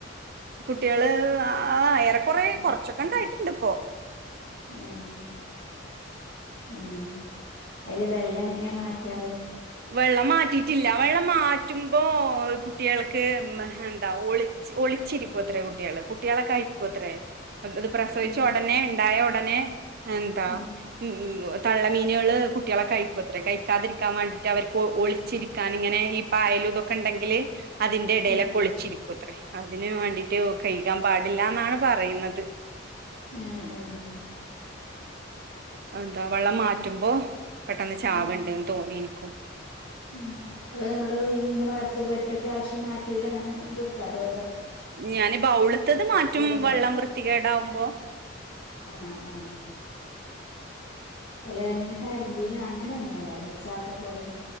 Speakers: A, on the right (about 55°); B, on the left (about 70°).
A: കുട്ടികള് ആ ഏറക്കുറെ കുറച്ചൊക്ക് ഒണ്ടായിട്ടുണ്ടിപ്പോ
B: ഉം ഉം അതില് വെള്ള എങ്ങനെ മാറ്റ് മാറ്റാറ്
A: വെള്ളം മാറ്റിയിട്ടില്ല വെള്ളം മാറ്റുമ്പോ കുട്ടികൾക്ക് എന്താ ഒളിച്ച് ഒളിച്ചിരിക്കുവത്രേ കുട്ടികള് കുട്ടികളെ കഴിക്കുവത്രേ പ് ഇത് പ്രസവിച്ച
B: ഉം
A: ഒടനെ ഇണ്ട് ഉണ്ടായ ഒടനെ എന്താ
B: ഉം
A: <unintelligible> തള്ള മീനുകള് കുട്ടികളെ കഴിക്കുത്രേ കഴിക്കാതിരിക്കാൻ വേണ്ടി അവര്ക്ക് ഒളിച്ചിരിക്കാൻ ഇങ്ങനെ ഈ പായലും ഇതൊക്കെ ഇണ്ടെങ്കില് അതിന്റെ ഇടയിലൊ
B: ഉം
A: കൊളിച്ചിരിക്കൂത്രേ അതിന് വേണ്ടി മറ്റോ കഴികാൻ പാടില്ലന്നാണ് പറയുന്നത്
B: ഉം ഉം
A: എന്താ വെള്ളം മാറ്റുമ്പോ പെട്ടെന്ന് ചാവിണ്ട്
B: ഉം
A: തോന്നി എനിക്കും
B: ഉം അപ്പ നമ്മള് ഇങ്ങനെ വളർത് ഒറ്റ പ്രാവശ്യം നാറ്റൂല അങ്ങനെ നിർത്താതെ
A: ഞാന് ബൗള്ത്തത് മാറ്റും
B: ഉണ്ടോ
A: വള്ളം വൃത്തികേടാവുമ്പോ
B: ആഹ് ആഹ് അല്ല ഇങ്ങനെ കര്ന്റിന് അങ്ങനെ ഒന്നല്ലെല്ലെ സാദാ പോലെ